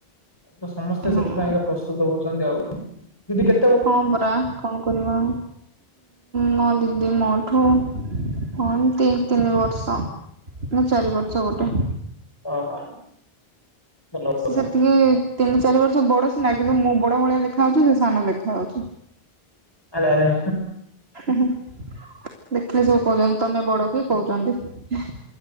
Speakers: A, on the left; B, on the right.
A: ତ ସମସ୍ତେ
B: ହଁ।
A: ସେଥିପାଇଁକା ପ୍ରସ୍ତୁତ ହଉଛନ୍ତି ଆଉ ଦିଦି କେ
B: ହଁ ପରା କଣ କରିବା ମୋ ଦିଦି ମୋଠୁ ହଁ ଦି ତିନି ବର୍ଷ ନା ଚାରି ବର୍ଷ ବୋଧେ
A: ଓହୋ। ଭଲ
B: ସେ
A: କଥା
B: ସେତିକି ତିନି ଚାରି ବର୍ଷ ବଡ ସିନା କିନ୍ତୁ ମୁଁ ବଡ ଭଳିଆ ଦେଖାଯାଉଛି ସେ ସାନ ଦେଖାଯାଉଛି।
A: <inaudible> ଆରେ ଆରେ
B: ଦେଖିଲେ ସବୁ କହୁଛନ୍ତି ତମେ ବଡ କି କହୁଛନ୍ତି।